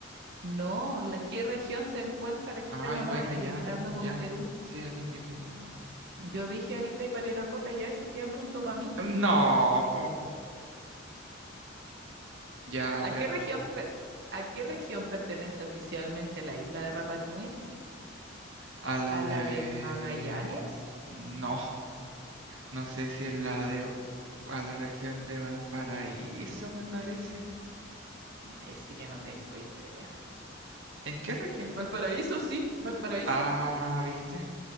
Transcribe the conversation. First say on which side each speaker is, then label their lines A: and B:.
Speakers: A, on the right; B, on the right.
A: No, ¿la qué región se encuentra al extremo
B: Ay, bueno,
A: norte,
B: ya,
A: limitando
B: ya.
A: con Perú?
B: Sí, Arica y Parinacota.
A: Yo dije Arica y Parinacota, ya ese queda punto para mí.
B: No, po. Ya, a
A: ¿A
B: ver.
A: qué región, per- a qué región pertenece oficialmente la isla de Rapa Nui?
B: A la
A: ¿A la
B: de...
A: de Magallanes?
B: No, no sé si es la de... A la región de Valparaíso, me parece.
A: Ahí sí que no tengo idea.
B: ¿En qué región?
A: Valparaíso, sí, Valparaíso.
B: Ah, ¿viste?